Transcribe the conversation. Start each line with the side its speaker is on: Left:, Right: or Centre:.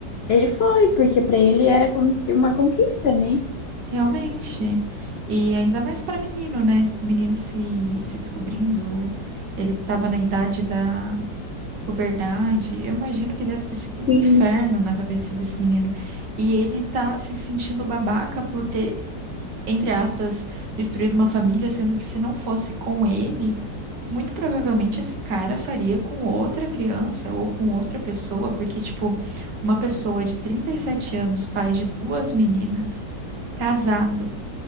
Left: ele foi, porque pra ele era como se uma conquista, né?
Right: realmente. E ainda mais pra menino, né? Menino se, se descobrindo, ele tava na idade da puberdade. Eu imagino que deve ter sido
Left: Sim.
Right: um inferno na cabeça desse menino. E ele tá se sentindo babaca por ter entre aspas, destruído uma família, sendo que se não fosse com ele, muito provavelmente esse cara faria com outra criança ou com outra pessoa, porque, tipo, uma pessoa de 37 anos, pai de duas meninas, casado,